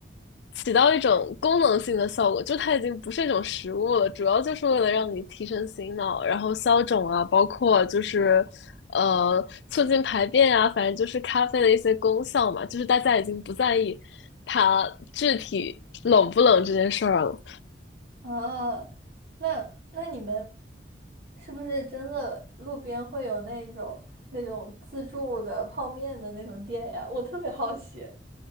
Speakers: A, on the left; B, on the right.
A: 起到一种功能性的效果，就它已经不是一种食物了，主要就是为了让你提神醒脑，然后消肿啊，包括就是呃促进排便啊，反正就是咖啡的一些功效嘛，就是大家已经不在意它具体冷不冷这件事儿了。
B: 啊，那那你们是不是真的路边会有那种那种自助的泡面的那种店呀？我特别好奇。